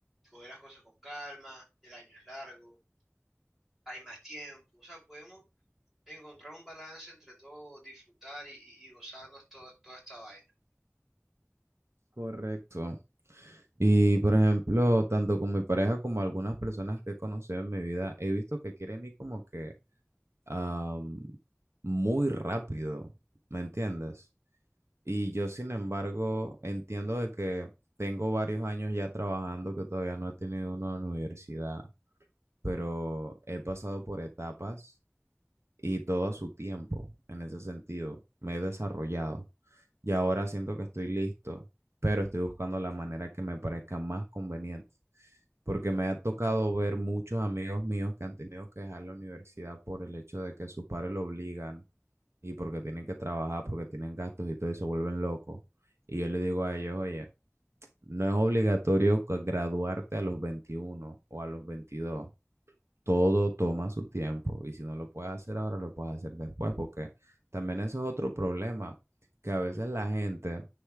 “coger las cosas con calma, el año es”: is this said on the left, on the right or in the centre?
Centre